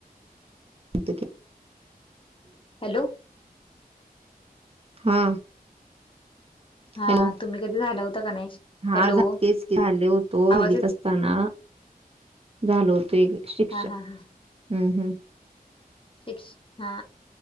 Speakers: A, on the right; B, on the left.
A: होतं की.
B: हॅलो!
A: हा.
B: हा
A: हॅलो!
B: तुम्ही कधी झाला होता का नाही?
A: हा
B: हॅलो
A: तेच झाले होतो ओ दहावीत
B: आवाज येत
A: असताना. झालो होतो एक शिक्षक.
B: हा हा हा
A: हम्म, हम्म!
B: शिक् हा